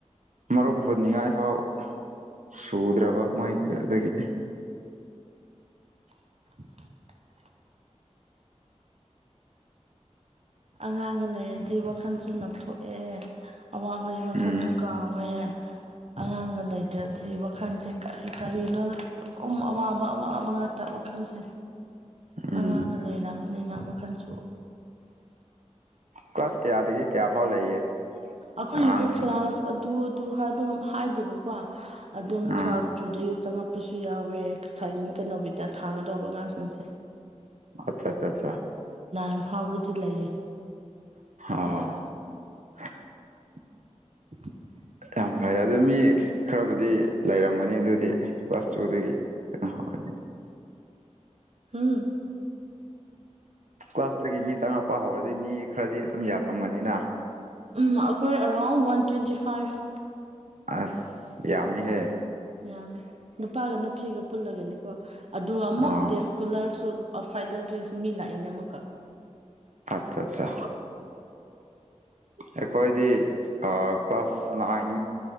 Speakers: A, on the right; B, on the right.
A: ꯃꯔꯨꯞ ꯍꯨꯅꯤꯉꯥꯏ ꯐꯥꯎ ꯁꯨꯗ꯭ꯔꯕ ꯃꯣꯏꯒꯤ ꯑꯗꯨꯗꯒꯤ
B: <unintelligible> ꯑꯉꯥꯡꯒ ꯂꯩꯔꯗꯤ ꯋꯥꯈꯜ ꯅꯞꯊꯣꯛꯑꯦ ꯑꯋꯥꯕꯒꯤ ꯋꯥꯈꯜꯁꯨ
A: ꯎꯝ
B: ꯀꯥꯎꯋꯦ ꯑꯉꯥꯡꯒ ꯂꯩꯖꯗꯦ ꯋꯥꯈꯜꯁꯦ ꯀꯔꯤ ꯀꯔꯤꯅꯣ ꯑꯋꯥꯕ ꯋꯥꯕ ꯉꯥꯛꯇ ꯋꯥꯈꯜꯁꯦ
A: ꯎꯝ
B: ꯑꯉꯥꯡꯒ ꯂꯩꯔꯕꯅꯤꯅ ꯋꯥꯈꯜꯁꯨ
A: ꯄ꯭ꯂꯁ ꯀꯌꯥꯗꯒꯤ ꯀꯌꯥ ꯐꯥꯎ ꯂꯩꯒꯦ
B: ꯑꯩꯈꯣꯏꯒꯤꯁꯦ
A: ꯑꯉꯥꯡꯁꯤꯡ
B: ꯀ꯭ꯂꯥꯁ ꯑꯗꯨ ꯑꯗꯨ ꯍꯥꯏꯕ ꯍꯥꯏꯗꯦꯕꯀꯣ ꯑꯗꯨꯝ
A: ꯑꯥ
B: ꯀ꯭ꯂꯥꯁ ꯇꯨ ꯗ ꯆꯪꯉꯛꯄꯁꯨ ꯌꯥꯎꯋꯦꯁꯥꯏꯅꯤ ꯀꯩꯅꯣꯕꯤꯗ ꯊꯥꯒꯗꯧꯕ ꯑꯉꯥꯡꯁꯤꯡꯁꯦ
A: ꯑꯆꯥ ꯑꯆꯥ ꯑꯆꯥ
B: ꯏꯝꯐꯥꯎꯕꯨꯗꯤ ꯂꯩꯌꯦ
A: ꯑꯣ <unintelligible>
B: <unintelligible>
A: ꯌꯥꯝ ꯐꯩ ꯑꯗꯨ ꯃꯤ ꯈꯔꯕꯨꯗꯤ ꯂꯩꯔꯝꯒꯅꯤ ꯑꯗꯨꯗꯤ ꯀ꯭ꯂꯥꯁ ꯇꯨꯗꯒꯤ ꯀꯩꯅꯣ ꯍꯧꯒꯅꯤ
B: ꯑꯝ
A: ꯀ꯭ꯂꯥꯁꯇꯒꯤ ꯃꯤ ꯆꯪꯉꯛꯄ ꯍꯧꯔꯗꯤ ꯃꯤ ꯈꯔꯗꯤ ꯑꯗꯨꯝ ꯌꯥꯐꯝꯒꯅꯤꯅ
B: ꯎ ꯑꯩꯈꯣꯏ ꯑꯔꯥꯎꯟ ꯋꯥꯟ ꯇ꯭ꯋꯦꯟꯇꯤ ꯐꯥꯏꯚ
A: ꯑꯁ ꯌꯥꯝꯃꯤ ꯍꯦ
B: ꯌꯥꯝꯃꯦ ꯅꯨꯄꯥꯒ ꯅꯨꯄꯤꯒ ꯄꯨꯜꯂꯒꯅꯤꯀꯣ ꯑꯗꯨꯒ ꯑꯃꯨꯛ
A: ꯑꯣ
B: ꯗꯦꯁꯀꯨꯂꯔꯁꯨ ꯑꯥꯎꯠꯁꯥꯏꯗꯗꯁꯨ ꯃꯤ ꯂꯥꯛꯏꯅꯦ ꯑꯃꯨꯛꯀ
A: ꯑꯆꯥ ꯑꯠꯆꯥ ꯑꯩꯈꯣꯏꯗꯤ ꯀ꯭ꯂꯥꯁ ꯅꯥꯏꯟ